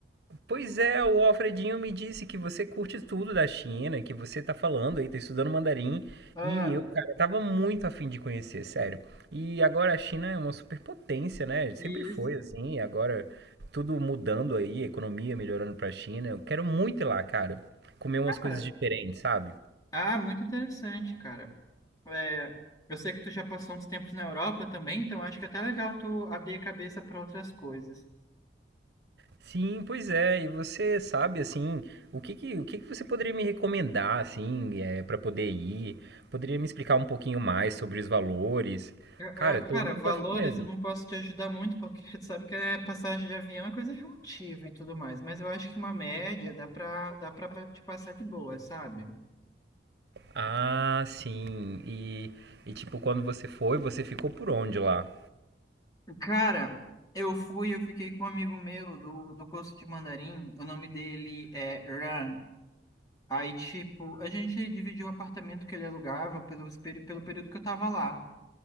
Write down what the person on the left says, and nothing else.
Ah,
isso.
Cara,
ah, muito interessante, cara. É, eu sei que tu já passou uns tempos na Europa também, então acho que é até legal tu abrir a cabeça para outras coisas.
Ah,
ah,
Cara,
valores
eu não posso te ajudar muito, porque <laughs> tu sabe que é passagem de avião é coisa relativa e tudo mais, mas eu acho que uma média dá pra, dá pra te passar de boa, sabe?
Cara, eu fui, eu fiquei com um amigo meu do, do curso de mandarim, o nome dele é Ran. Aí, tipo, a gente dividiu o apartamento que ele alugava pelo, pelo período que eu tava lá.